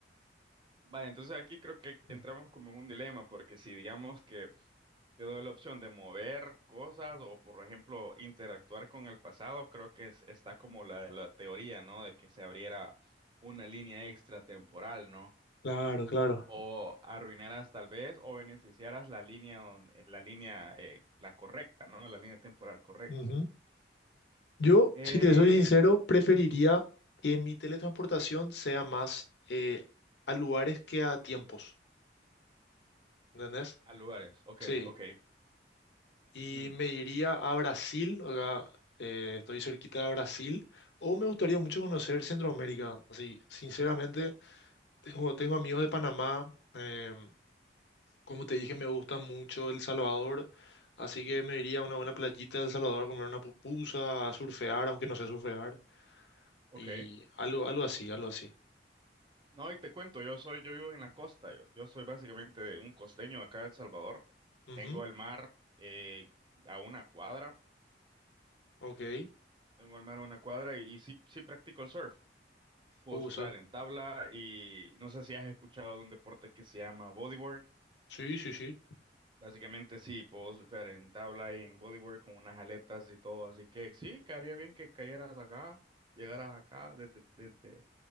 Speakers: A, on the right; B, on the left.
A: Vale, entonces aquí creo que entramos
B: Mm,
A: como en un dilema, porque si digamos que te doy la opción de mover cosas o, por ejemplo, interactuar con el pasado, creo que es- está como la, la teoría, ¿no? De que se abriera una línea extratemporal, ¿no?
B: Claro, claro.
A: O arruinarás tal vez o beneficiarás la línea, don- eh, la línea, eh, la correcta, ¿no? La línea temporal correcta.
B: Ujú. Yo,
A: Eh,
B: si te soy sincero, preferiría que mi teletransportación sea más eh, a lugares que a tiempos, ¿entendés?
A: a lugares, ok,
B: Sí,
A: ok.
B: y
A: ujú,
B: me iría a Brasil, acá eh, estoy cerquita de Brasil, o me gustaría
A: Uf,
B: mucho conocer Centroamérica, así, sinceramente, tengo, tengo amigos de Panamá, em, Como te dije, me gusta mucho El Salvador, así
A: ujú,
B: que me iría a una buena playita de El Salvador a comer una pupusa, a surfear, aunque no sé surfear,
A: ok.
B: y algo, algo así, algo así.
A: No, y te cuento, yo soy, yo vivo en la costa, yo, yo soy básicamente de un costeño acá de El Salvador.
B: Ujú,
A: Tengo el mar eh, a una cuadra,
B: ok.
A: tengo el mar a una cuadra y, y sí, sí practico el surf. Puedo
B: Uh,
A: surfear
B: eso-
A: en tabla y no sé si has escuchado de un deporte que se llama bodyboard.
B: Sí, sí, sí.
A: Básicamente sí, puedo surfear en tabla y en bodyboard con unas aletas y todo, así que sí, quedaría bien que cayeras acá, llegaras acá desde, desde,